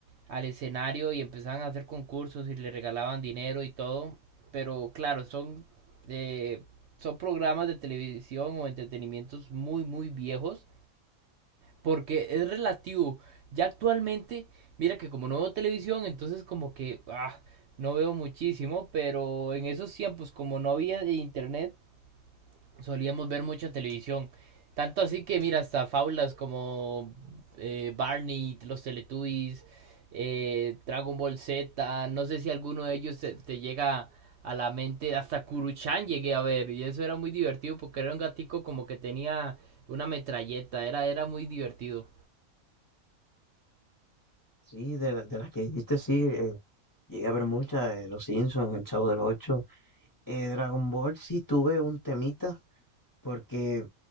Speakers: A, on the right; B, on the left.
A: al escenario y empezaban a hacer concursos y le regalaban dinero y todo. Pero claro, son, eh, son programas de televisión o entretenimientos muy, muy viejos. Porque es relativo. Ya actualmente, mira que como no veo televisión, entonces como que ah, no veo muchísimo. Pero en esos tiempos, como no había de internet, solíamos ver mucha televisión. Tanto así que, mira, hasta fábulas como eh, Barney, los Teletubbies, eh, Dragon Ball Z, no sé si alguno de ellos te, te llega a la mente, hasta Kuruchan llegué a ver, y eso era muy divertido porque era un gatico como que tenía una metralleta, era, era muy divertido.
B: Sí, de, la- de las que dijiste, sí, eh, llegué a ver muchas, eh, Los Simpsons, El Chavo del Ocho, eh, Dragon Ball, sí tuve un temita porque